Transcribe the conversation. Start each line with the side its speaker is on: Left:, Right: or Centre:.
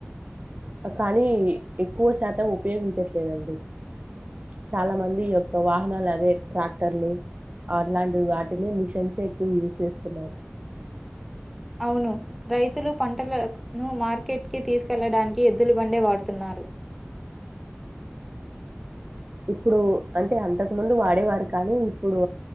Right: కానీ ఎక్కువ శాతం ఉపయోగించట్లేదండి చాలా మంది ఈ యొక్క వాహనాలు అదే ట్రాక్టర్లు అలాంటివి వాటినే మిషన్స్ే ఎక్కువ యూజ్ చేస్తున్నారు
Centre: అవును రైతులు పంటలను మార్కెట్కిి తీసుకెళ్లడానికి ఎద్దులు బండే వాడుతున్నారు
Right: ఇప్పుడు అంటే అంతకు ముందు వాడేవారు కానీ ఇప్పుడు